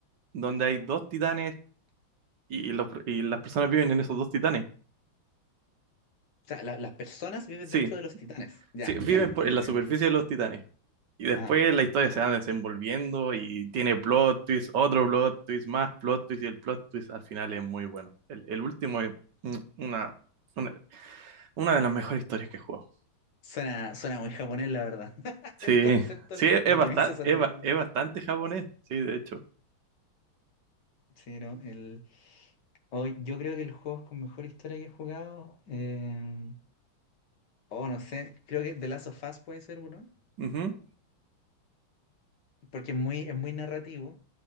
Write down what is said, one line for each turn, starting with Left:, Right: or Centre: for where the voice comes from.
Right: donde hay dos titanes y, los- pr- y las personas viven en esos dos titanes.
Left: O sea, la- las personas viven
Right: Sí,
Left: dentro de los titanes. Ya,
Right: Sí, viven
Left: ya, me,
Right: por-
Left: me
Right: en
Left: está
Right: la superficie
Left: ganando aquí.
Right: de los titanes. Y después
Left: Ajá.
Right: la historia se va desenvolviendo y tiene plot twist, otro plot twist, más plot twist y el plot twist al final es muy bueno. El, el último es mm, una, una, una de las mejores historias que he jugado.
Left: Suena, suena muy japonés, la verdad. <laughs>
Right: Sí,
Left: El concepto,
Right: sí, es
Left: la
Right: bastante,
Left: premisa suena
Right: es,
Left: muy
Right: ba-
Left: japonés.
Right: es bastante japonés, sí, de hecho.
Left: Sí, no, el... oh, yo creo que el juego con mejor historia que he jugado... eh, Oh, no sé. Creo que The Last of Us puede ser uno.
Right: Ujú,
Left: Porque es muy, es muy narrativo.